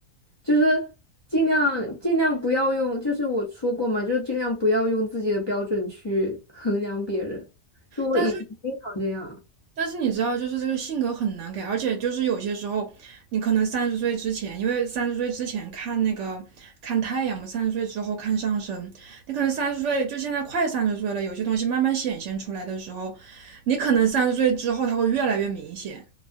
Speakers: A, on the left; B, on the right.
A: 就是尽量尽量不要用，就是我说过嘛，就是尽量不要用自己的标准去衡量别人。就我以前经常这样，
B: 但是但是你知道，就是这个性格很难改，而且就是有些时候，你可能三十岁之前，因为三十岁之前看那个看太阳嘛，三十岁之后看上升。你可能三十岁，就现在快三十岁了，有些东西慢慢显现出来的时候，你可能三十岁之后它会越来越明显。